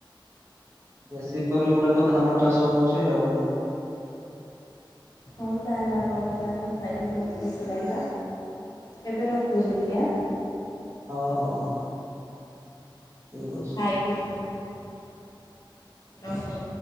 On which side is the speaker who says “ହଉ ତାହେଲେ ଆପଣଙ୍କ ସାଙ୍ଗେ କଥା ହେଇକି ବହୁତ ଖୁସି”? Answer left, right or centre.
Left